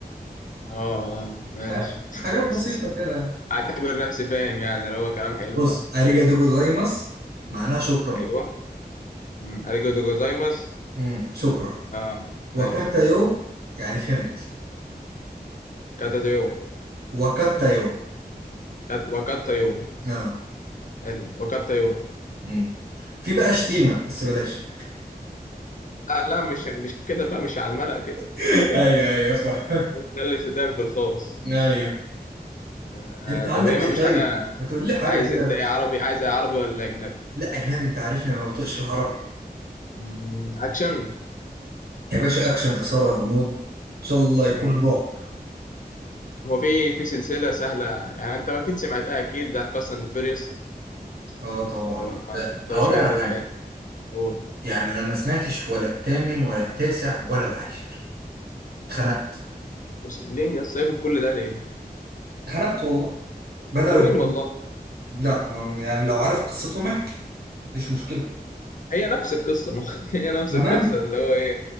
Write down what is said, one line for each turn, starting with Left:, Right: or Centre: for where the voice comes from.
Left: اه اه ماشي
Right: فاهم؟
Left: <laughs>
Right: حاجات بسيطه كده
Left: اعتبر نفسي فاهم يعني لو هو كلام حلو
Right: بص
Left: يعني
Right: اريجادو جوزايماس معناها شكرا
Left: ايوه أمم، اريجو دو جوزايماس
Right: امم شكرا
Left: اه ماشي
Right: وكاتايو يعني فهمت
Left: كاتاتيو
Right: وكاتايو
Left: كات وكاتايو
Right: اه
Left: حلو وكاتايو
Right: امم في بقى شتيمة
Left: ماشي.
Right: بس بلاش
Left: لا لا مش مش كده بقى مش على الملأ كده
Right: <laughs>
Left: <laughs>
Right: ايوه ايوه صح
Left: ده اللي شتام في الخاص
Right: ايوه
Left: آه
Right: انت
Left: طب
Right: عندك
Left: ايه
Right: ايه
Left: مفيش
Right: طيب
Left: حاجة
Right: ما تقول لي حاجه
Left: عايز
Right: كده
Left: انت
Right: لو-
Left: ايه عربي عايز ايه عربي ولا اجنبي
Right: لا اجنبي انت عارفني ما بطيقش العربي
Left: مم، اكشن
Right: يا باشا اكشن اثاره غموض ان شاء الله
Left: مم.
Right: يكون رعب
Left: هو في في سلسلة سهلة يعني انت اكيد سمعتها اكيد بتاعت فاست اند فيريوس
Right: اه طبعا
Left: اللي
Right: بس
Left: هم بتوع
Right: هقول
Left: شوية
Right: لك على
Left: اللي
Right: حاجه
Left: قول
Right: يعني انا ما سمعتش ولا الثامن ولا التاسع ولا العاشر اتخنقت
Left: بص، ليه يا سايبهم كل ده ليه
Right: اتخنقت والله بدأوا
Left: حلوين
Right: يهاجموا.
Left: والله
Right: لا ما- يعني لو عارف قصتهم احكي مفيش مشكلة
Left: هي نفس القصة <laughs> ما هي نفس
Right: تمام
Left: القصة اللي هو ايه